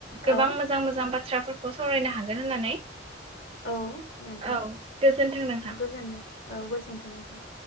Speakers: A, on the left (about 60°); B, on the right (about 30°).
A: औ
B: गोबां मोजां मोजां बाथ्राफोरखौ सावरायनो हागोन होननानै।
A: औ नोंथां
B: औ गोजोन्थों नोंथां।
A: <unintelligible> औ गोजोन्थों नोंथां।